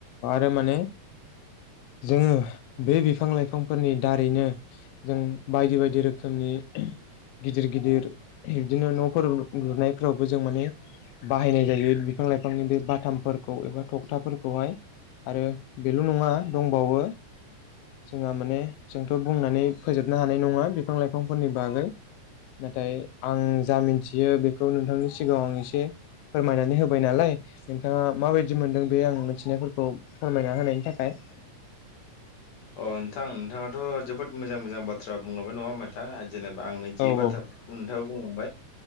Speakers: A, on the left; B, on the left.
A: दा माने जोङो बे बिफां लाइफांफोरनि दारैनो जों बायदि बायदि रोखोमनि गिदिर गिदिर बिदिनो न'फोर लुनायफोरावबो जों माने बाहायनाय जायो बिफां लाइफांनि बे बाथामफोरखौ एबा थखथाफोरखौहाय आरो बेल' नङा दंबावो जोंहा माने जोंथ' बुंनानै फोजोबनो हानाय नङा बिफां लाइफांफोरनि बागै नाथाय आं जा मिथियो बेखौ नोंथांनि सिगाङाव आं एसे फोरमायनानै होबाय नालाय नोंथाङा माबायदि मोनदों बे आं मिथिनायफोरखौ फोरमायना होनायनि थाखाय <inaudible>
B: अ नोंथां नोंथाङाथ' जोबोद मोजां मोजां बाथ्रा बुंलांबाय नङा होमबा नोंथां जेनेबा आं मोनथियि
A: औ
B: बाथ्राफोरखौ
A: औ
B: नोंथाङा बुंलांबाय